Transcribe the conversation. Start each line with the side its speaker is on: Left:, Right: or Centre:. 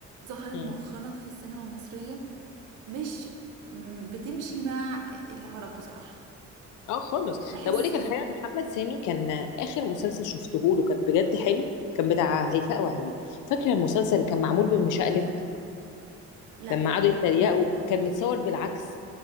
Right: ظهرت
Left: مم.
Right: مؤخرا في السينما المصرية مش م- بتمشي مع العرب بصراحة
Left: اه خالص
Right: بحس
Left: طب اقول لك الحقيقه محمد سامي كان اخر مسلسل شفته له كان بجد حلو كان بتاع هيفاء وهبي فاكره المسلسل اللي كان معمول بالمشقلب
Right: لا
Left: لما قعدوا
Right: ما-
Left: يتريقوا كان متصور بالعكس